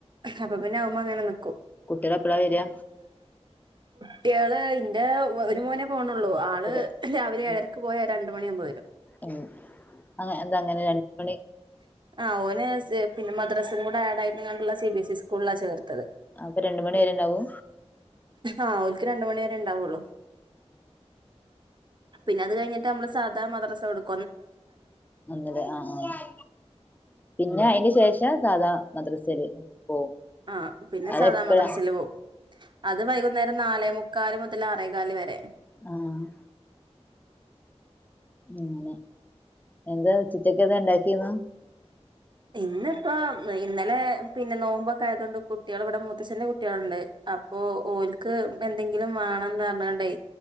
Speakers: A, on the right (about 45°); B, on the left (about 15°).
A: അപ്പ പിന്നെ അവ്മ്മങ്ങനെ നി
B: കുട്ട്യെളെപ്പളാ വെരാ?
A: കുട്ടികള് ഇന്റെ ഒരു മോനെ പോണള്ളൂ ആള്
B: വരാ
A: രാവിലെ
B: ഉം
A: ഏഴരക്ക് പോയാൽ രണ്ട് മണിയാകുമ്പോൾ വരും
B: ഉം അ എന്താ അങ്ങനെ രണ്ട് മണി
A: ആ ഓന് പിന്ന മദ്രാസും കൂടെ ആഡ് ആയിട്ടുള്ള സി ബി സ് ഇ സ്കൂളിലാ ചേർത്
B: അപ്പൊ രണ്ട് മണി വരെ ഇണ്ടാവു
A: ആഹ് ഓൽക്ക് രണ്ട് മണി ഉണ്ടാവുള്ളു പിന്നെ അത്‌ കഴിഞ്ഞിട്ട് ഞമ്മൾ സാധ മദ്രസ്സ കൊട്
B: നല്ലത് ആഹ് ആഹ് പിന്നെ അയിന് ശേഷം സാധാ മദ്രസയില് പോവും
A: ആ പിന്നെ
B: അതെപ്പഴാ
A: സാധാ മദ്രസ്സയിൽ പോവും അത് വൈകുന്നേരം നാലേമുക്കാല് മുത ആറെകാൽ വരെ
B: ആഹ് അങ്ങനെ എന്താ ഉച്ചത്തേക്ക് എന്താ ഇണ്ടാക്കിന്ന്
A: ഇന്നിപ്പോ ഇന്നലെ പിന്നെ നോമ്പൊക്കെ ആയതുകൊണ്ട് കുട്ടികൾ ഇവിടെ മൂത്തഛന്റെ കുട്ടികളുണ്ട് അപ്പൊ ഓൽക്ക് എന്തെങ്കിലും വേണന്ന് പറഞ്ഞ